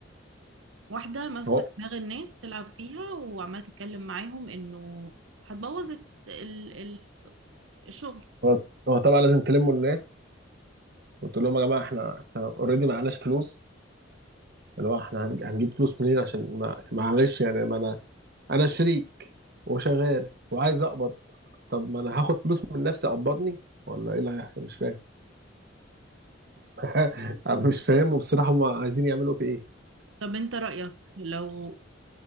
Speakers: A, on the right; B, on the right.
A: واحدة ماسكة
B: هو
A: دماغ الناس تلعب فيها وعمالة تتكلم معاهم انه هتبوظ ال- ال- الشغل
B: هو هو طبعا لازم تلموا الناس وتقول لهم يا جماعه احنا احنا اوريدي معناش فلوس اللي هو احنا هنج- هنجيب فلوس منين عشان ما معلش يعني ما انا انا شريك وشغال وعايز اقبض طب ما انا هاخد فلوس من نفسي اقبضني ولا ايه اللي هيحصل مش فاهم <laughs> انا مش فاهم وبصراحه هم عايزين يعملوا في ايه
A: طب انت رأيك لو